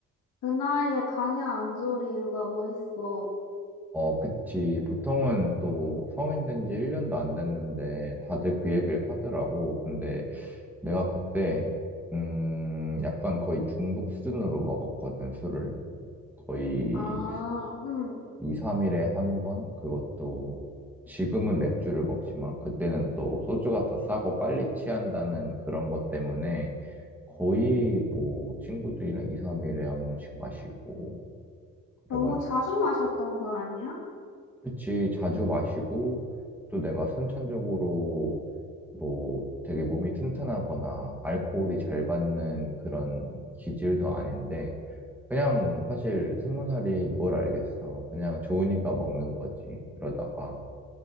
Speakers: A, on the left (about 80°); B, in the centre.
A: 그 나이에 간이 안 좋을 이유가 뭐 있어?
B: 어, 그치. 보통은 또 성인 된 지 1년도 안 됐는데 다들 그 얘기를 하더라고. 근데 내가 그때, 음, 약간 거의 중독 수준으로 먹었거든, 술을. 거의
A: 아, 응.
B: 2, 3일에 한 번? 그것도 지금은 맥주를 먹지만 그때는 또 소주가 더 싸고 빨리 취한다는 그런 것 때문에 거의 뭐 친구들이랑 2, 3일에 한 번씩 마시고
A: 너무
B: 그래가지고
A: 자주 마셨던 거 아니야?
B: 그치 자주 마시고 또 내가 선천적으로 뭐 되게 몸이 튼튼하거나 알코올이 잘 받는 그런 기질도 아닌데 그냥 사실 스무 살이 뭘 알겠어 그냥 좋으니까 먹는 거지 그러다가